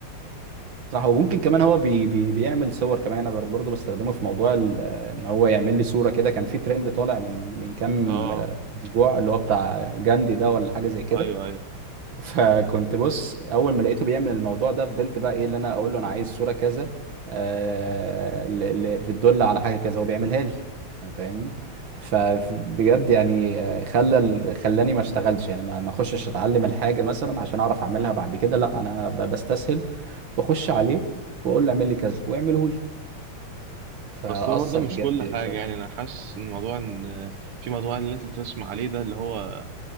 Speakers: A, on the right; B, on the right.
A: صح وممكن كمان هو بي بي بيعمل صور كمان انا برضه بستخدمه في موضوع ال- ان هو يعمل لي صوره كده كان في ترند طالع من من كام
B: اه
A: آه، اسبوع اللي هو بتاع جاندي ده ولا حاجه زي كده
B: ايوه ايوه
A: <laughs> فكنت بص اول ما لقيته بيعمل الموضوع ده فضلت بقى ايه اللي انا اقول له انا عايز صوره كذا آه، اللي بتدل على حاجه كذا هو بيعملها لي فاهمني فبجد يعني آه، خلى ال- خلاني ما اشتغلش يعني ما ما اخشش اتعلم الحاجه مثلا عشان اعرف اعملها بعد كده لا انا ب- بستسهل واخش عليه واقول له اعمل لي كذا ويعمله لي فاثر
B: بس هو برضه مش
A: بجد
B: كل حاجه
A: سلبي.
B: يعني انا حاسس ان موضوع ان في موضوع اللي انت بتسمع عليه ده اللي هو